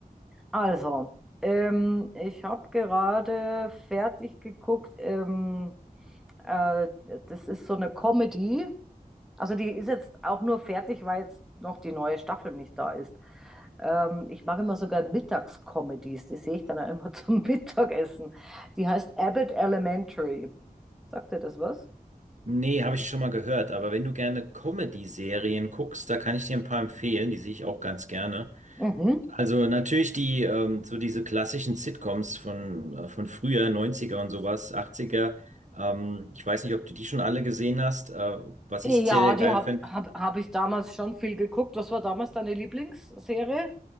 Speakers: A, in the centre; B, on the right.
A: Also, ähm, ich habe gerade fertig geguckt. Ähm, äh, das ist so eine Comedy. Also die ist jetzt auch nur fertig, weil jetzt noch die neue Staffel nicht da ist. Ähm, ich mache immer sogar Mittagscomedies. Die sehe ich dann auch immer <laughs> zum Mittagessen. Die heißt Abbott Elementary. Sagt dir das was?
B: Nee, habe ich schon mal gehört, aber wenn du gerne Comedy-Serien guckst, da kann ich dir ein paar empfehlen, die sehe ich auch ganz gerne.
A: Mhm.
B: Also natürlich die, ähm, so diese klassischen Sitcoms von, äh, von früher, neunziger und sowas, achtziger. Ähm, ich weiß nicht, ob du die schon alle gesehen hast. Äh, was
A: Ja,
B: ich sehr, sehr
A: die
B: geil
A: habe
B: finde,
A: hab, hab hab ich damals schon viel geguckt. Was war damals deine Lieblingsserie?